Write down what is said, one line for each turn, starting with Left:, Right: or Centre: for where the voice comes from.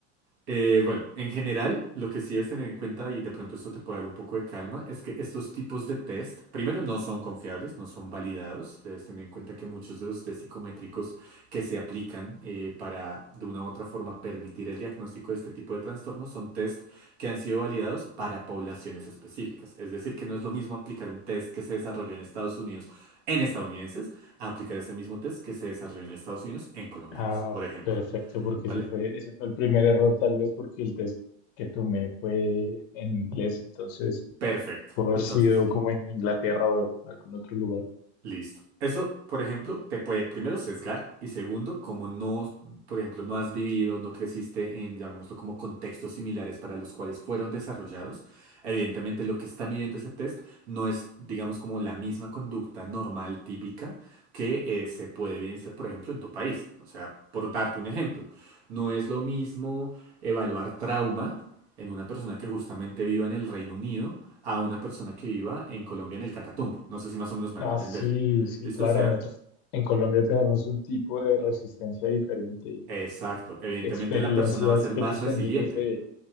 Right: Eh, bueno, en general, lo que sí debes tener en cuenta, y de pronto esto te puede dar un poco de calma, es que estos tipos de test, primero, no son confiables, no son validados. Debes tener en cuenta que muchos de los test psicométricos que se aplican eh, para, de una u otra forma, permitir el diagnóstico de este tipo de trastornos son test que han sido validados para poblaciones específicas. Es decir, que no es lo mismo aplicar un test que se desarrolló en Estados Unidos en estadounidenses a aplicar ese mismo test que se desarrolló en Estados Unidos en colombianos,
Left: Ah,
Right: por ejemplo.
Left: perfecto, porque
Right: ¿Vale?
Left: eso fue, ese fue el primer error, tal vez porque el test que tomé fue en inglés, entonces
Right: Perfecto.
Left: pudo haber
Right: Entonces,
Left: sido como en Inglaterra o algún otro lugar.
Right: Listo. Eso, por ejemplo, te puede primero sesgar y segundo, como no, por ejemplo, no has vivido, no creciste en, llamémoslo como contextos similares para los cuales fueron desarrollados, evidentemente lo que está midiendo ese test no es, digamos, como la misma conducta normal, típica, que eh, se puede evidenciar, por ejemplo, en tu país. O sea, por darte un ejemplo, no es lo mismo evaluar trauma en una persona que justamente viva en el Reino Unido a una persona que viva en Colombia en el Catatumbo. No sé si más o menos me hago
Left: Ah,
Right: entender.
Left: sí, sí,
Right: Listo,
Left: claro,
Right: o sea,
Left: nosotros en Colombia tenemos un tipo de resistencia diferente y
Right: exacto. Evidentemente
Left: experiencias
Right: la persona va a ser
Left: que
Right: más
Left: hemos
Right: resiliente.
Left: tenido desde,